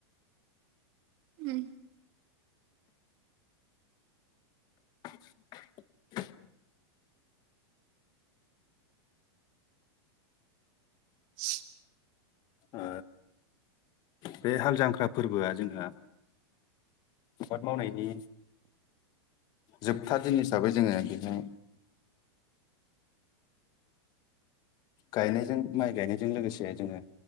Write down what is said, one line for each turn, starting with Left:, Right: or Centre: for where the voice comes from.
Right: उम
Left: <unintelligible>
Right: ए <unintelligible>
Left: ओ बे हाल जांख्रा फोरबोआ जोंहा आबाद मावनायनि जोबथा दिन हिसाबै जोङो बेहाय गायनायजों माइ गायनायजों लोगोसे जोङो